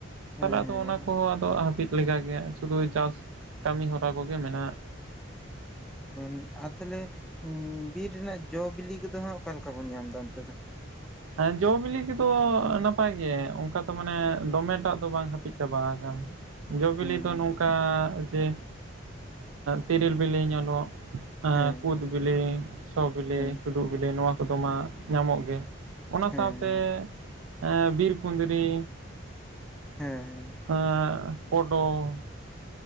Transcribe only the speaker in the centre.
ᱦᱮᱸ
ᱦᱮᱸ
<unintelligible> ᱟᱨ ᱛᱟᱦᱞᱮ ᱵᱤᱨ ᱨᱮᱱᱟᱜ ᱡᱚ ᱵᱤᱞᱤ ᱠᱚᱫᱚ ᱦᱟᱸᱜ ᱚᱠᱟᱞᱮᱠᱟ ᱵᱚᱱ ᱧᱟᱢᱮᱫᱼᱟ ᱚᱱᱛᱮ ᱫᱚ? <inaudible>
ᱦᱮᱸ
ᱦᱮᱸ
ᱦᱮᱸ
ᱦᱮᱸ
ᱦᱮᱸ ᱦᱮᱸ